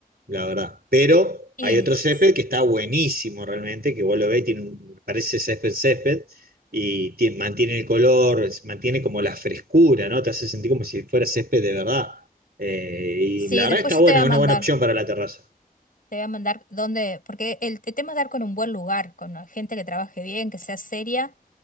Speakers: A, on the right (about 85°); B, on the left (about 65°).
A: la verdad. Pero
B: Y
A: hay otro césped
B: s-
A: que está buenísimo realmente, que vos lo ves, y tiene un- parece césped césped y tie- mantiene el color, es- mantiene como la frescura, ¿no? Te hace sentir como si fuera césped de verdad. Eh, y
B: sí,
A: la verdad
B: después
A: está
B: yo
A: buena,
B: te voy a
A: es
B: mandar.
A: una buena opción para la terraza.
B: Te voy a mandar dónde, porque el, el tema es dar con un buen lugar, con gente que trabaje bien, que sea seria